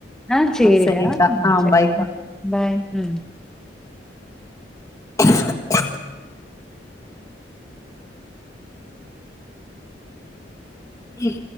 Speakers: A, in the centre; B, on the left.
A: ஆ செரிடா
B: சரிங்க்கா
A: ம்
B: ஆ
A: சரி
B: பாய்க்கா
A: பார் ம்
B: <inaudible> உம்